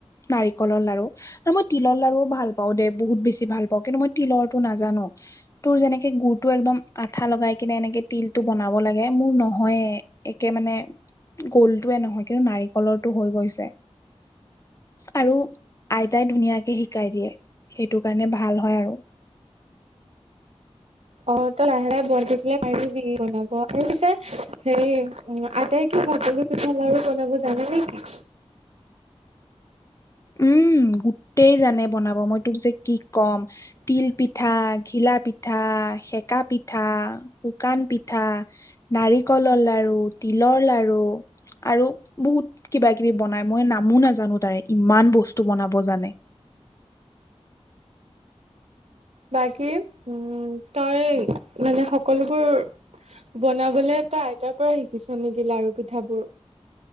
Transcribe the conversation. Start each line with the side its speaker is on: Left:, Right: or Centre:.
Left: নাৰিকলৰ লাৰু আৰু মই তিলৰ লাৰুও ভাল পাওঁ দেই বহুত বেছি ভাল পাওঁ। কিন্তু, মই তিলৰটো নাজানো। তোৰ যেনেকে গুুৰটো একদম আঠা লগাই কিনে এনেকে তিলটো বনাব লাগে মোৰ নহয়ে। একে মানে গোলটোৱে নহয় কিন্তু নাৰিকলৰটো হৈ গৈছে আৰু আইতাই ধুনীয়াকে শিকাই দিয়ে সেইটো কাৰণে ভাল হয় আৰু
Right: অ', তই লাহে লাহে বইল কৰি পেলাই পাৰিবি বনাব আৰু পিছে হেৰি উম আইতাই কি ভকলি পিঠা লাৰু বনাব জানে নেকি?
Left: উম গোটেই জানে বনাব মই তোক যে কি ক'ম তিল পিঠা, ঘিলা পিঠা, সেকা পিঠা, শুকান পিঠা, নাৰিকলৰ লাৰু, তিলৰ লাৰু, আৰু বহুত কিবা কিবি বনাই মই নামো নাজানো তাৰে ইমান বস্তু বনাব জানে।
Right: বাকী উম তই মানে সকলোবোৰ বনাবলে তই আইতাৰ পৰা শিকিছ নেকি লাৰু পিঠাবোৰ